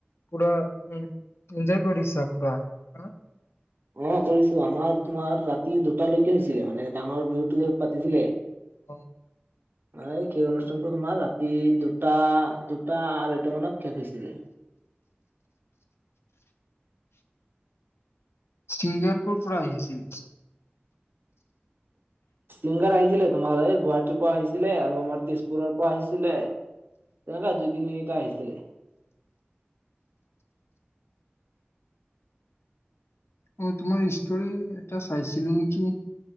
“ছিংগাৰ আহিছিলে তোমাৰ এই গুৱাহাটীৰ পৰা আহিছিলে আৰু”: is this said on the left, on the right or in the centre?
Right